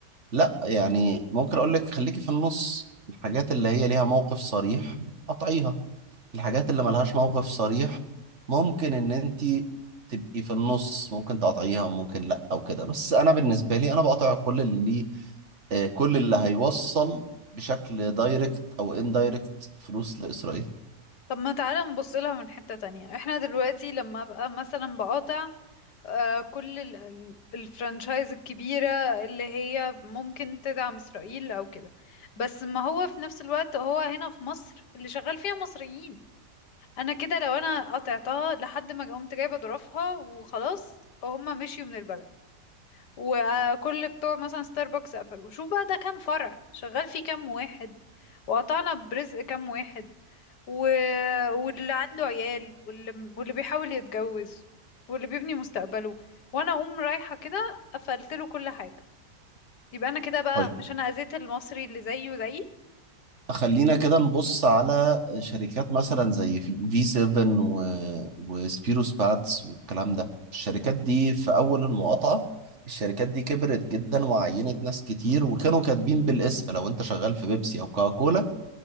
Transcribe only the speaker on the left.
طب ما تعالى نبص لها من حته تانية احنا دلوقتي لما ابقى مثلا بقاطع آه، كل ال- ال- الفرنشايز الكبيرة اللي هي ممكن تدعم إسرائيل أو كده بس ما هو في نفس الوقت هو هنا في مصر اللي شغال فيها مصريين أنا كده لو أنا قطعتها لحد ما قمت جايبة ظروفها وخلاص هما مشيوا من البلد وكل بتوع مثلا ستاربكس قفلوا شوف بقى ده كام فرع شغال فيه كام واحد وقطعنا برزق كام واحد و... واللي عنده عيال واللي... واللي بيحاول يتجوز واللي بيبني مستقبله وانا اقوم رايحة كده قفلت له كل حاجة يبقى انا كده بقى
مش انا اذيت المصري اللي زيه زيي
مم.